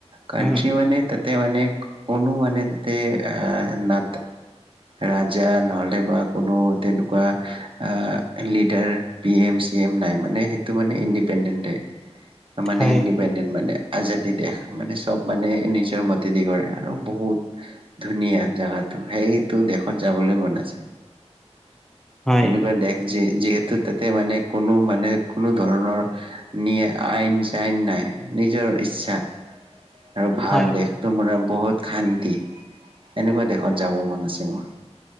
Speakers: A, on the right; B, in the centre.
A: কানট্ৰি
B: উম,
A: মানে তা তাতে মানে কোনো মানে তাতে অ না ৰাজা নহ'লে বা অকণো তেনেকুৱা অহ leader B M C M নাই মানে। সেইটো মানে ইন <unintelligible> মানে
B: হয়
A: ইণ্ডিপেণ্ডেন্ট। মানে আজাদী দেশ। মানে চব মানে নিজৰ মতেদি কৰে আৰু বহুত, ধুনীয়া জাগাটো সেইটো দেশত যাবলৈ মন আছে।
B: হয়
A: এনেকুৱা দেশ যে যিহেতু তাতে মানে কোনো মানে কোনো ধৰণৰ, নিয় আইন চাইন নাই। নিজৰ ইচ্ছা আৰু ভাল
B: হয়।
A: দেশ তোমৰা বহুত শান্তি। এনেকুৱা দেশত যাব মন আছে মোৰ।